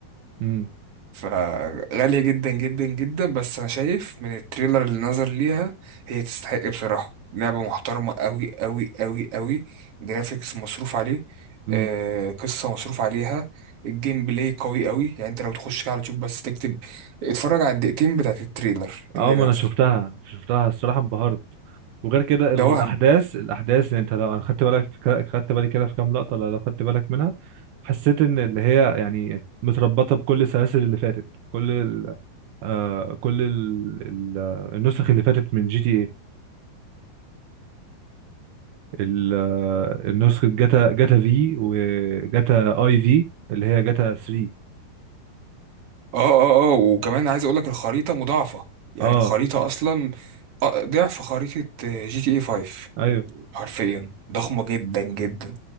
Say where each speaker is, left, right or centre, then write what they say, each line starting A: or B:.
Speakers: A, on the right; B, on the right.
A: امم
B: فغالية جدا جدا جدا بس أنا شايف من التريلر اللي نظر ليها هي تستحق بصراحة لعبة محترمة أوي أوي أوي أوي جرافيكس مصروف عليه
A: امم
B: آه قصة مصروف عليها الجيم بلاي قوي أوي يعني أنت لو تخش كده على اليوتيوب بس تكتب اتفرج على الدقيقتين بتاعت التريلر
A: اه
B: اللي
A: ما انا
B: نزل
A: شفتها شفتها الصراحه انبهرت وغير كده
B: ده
A: ال-
B: وهم
A: الاحداث الاحداث يعني انت لو انا خدت بالك في ك- خدت بالي كده في كام لقطه لو لو خدت بالك منها حسيت ان اللي هي يعني متربطه بكل السلاسل اللي فاتت كل ال... آه كل ال... ال... آه، النسخ اللي فاتت من جي تي ايه ال... آه، النسخه جاتا جاتا في وجاتا اي في اللي هي جاتا 3
B: اه اه اه وكمان عايز أقولك الخريطة مضاعفة يعني
A: اه
B: الخريطة أصلا آه، ضعف خريطة آه، جي تي اي 5
A: ايوه
B: حرفيا ضخمة جدا جدا